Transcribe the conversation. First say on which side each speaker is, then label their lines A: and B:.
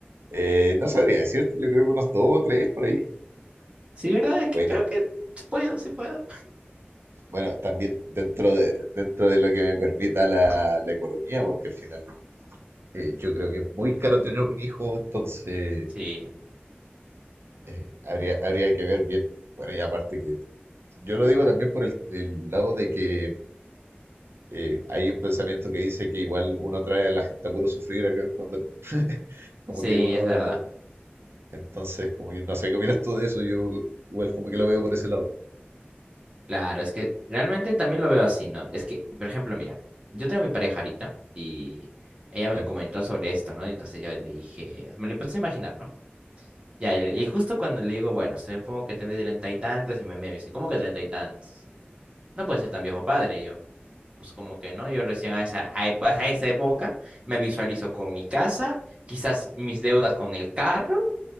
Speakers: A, on the right; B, on the right.
A: Eh, no sabría decirte, yo creo que unos dos o tres por ahí.
B: Sí, ¿verdad? Es que
A: Bueno,
B: creo que sí puedo, sí puedo.
A: bueno, también dentro de, dentro de lo que me permita la, la economía, porque al final eh, yo creo que es muy caro tener un hijo, entonces
B: Sí,
A: eh, habría, habría que ver bien. Bueno, y aparte que Yo lo digo también por el, el lado de que eh, hay un pensamiento que dice que igual uno trae a la gente a puro sufrir acá cuando <laughs> como
B: sí,
A: que uno...
B: es verdad.
A: Entonces, como que no sé qué opinas tú de eso, yo igual como que lo veo por ese lado.
B: Claro, es que realmente también lo veo así, ¿no? Es que, por ejemplo, mira, yo tengo mi pareja ahorita y ella me
A: Ya,
B: comentó sobre esto, ¿no? Y entonces yo le dije, me lo empecé a imaginar, ¿no? Ya, y y justo cuando le digo, bueno, supongo que tendré treinta y tantos, y me mira y me dice, ¿cómo que treinta y tantos? No puede ser tan viejo padre, y yo. Pues como que no, yo recién a esa, a epa- a esa época me visualizo con mi casa, quizás mis deudas con el carro